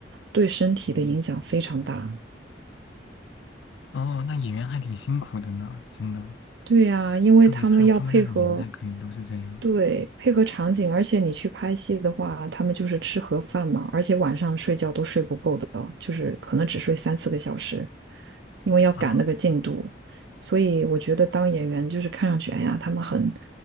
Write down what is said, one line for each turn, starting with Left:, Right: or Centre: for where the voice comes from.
Right: 对身体的影响非常大。
Left: 哦，那演员还挺辛苦的呢，真的，
Right: 对呀，因为他们要配合，
Left: 特别他他们那个年代可能都是这样。
Right: 对，
Left: 嗯
Right: 配合场景，而且你去拍戏的话，他们就是吃盒饭嘛，而且晚上睡觉都睡不够的，就是可能只睡三四个小时，因为要赶那个进度。
Left: 啊。
Right: 所以我觉得当演员就是看上去，哎呀，他们很